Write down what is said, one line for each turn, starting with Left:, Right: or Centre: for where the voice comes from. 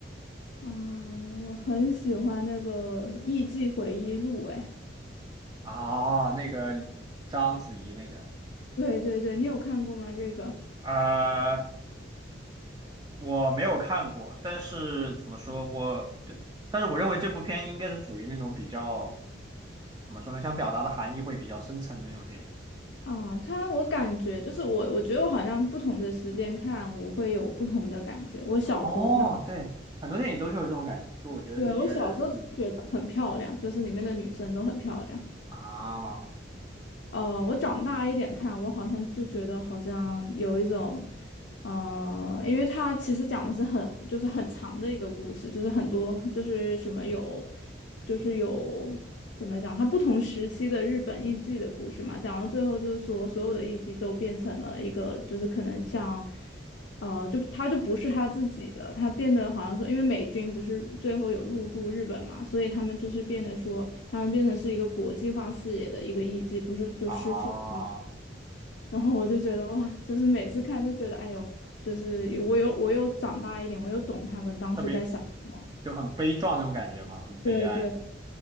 Left: 啊，我很喜欢那个《艺伎回忆录》哎，
Right: 哦，那个章子怡那个，
Left: 对对对，你有看过吗？这个
Right: 呃，我没有看过，但是怎么说，我对，但是我认为这部片应该是属于那种比较怎么说呢，想表达的含义会比较深层的那种电影。
Left: 啊，它我感觉就是我我觉得我好像不同的时间看我会有不同的感觉。我小时候看，
Right: 哦，对，很多电影都是有这种感觉，就我觉得你一个人，
Left: 对，我小时候觉得很漂亮，
Right: 嗯
Left: 就是里面的女生都很漂亮。
Right: 啊。
Left: 呃，我长大一点看，我好像就觉得好像有一种，呃，因为它其实讲的是很就是很长的一个故事，就是很多就是什么有，就是有怎么讲，它不同时期的日本艺妓的故事嘛，讲到最后就是说所有的艺妓都变成了一个就是可能像。呃，就他就不是他自己了，他变得好像说，因为美军不是最后有入驻日本嘛，所以他们就是变得说，他们变成是一个国际化视野的一个艺伎，不是就失去了。
Right: 啊，
Left: 然后我就觉得哇，就是每次看就觉得，哎呦，就是我有我有长大一点，我有懂他们当时在想什么。
Right: 特别就很悲壮那种感觉嘛，很悲哀，
Left: 对对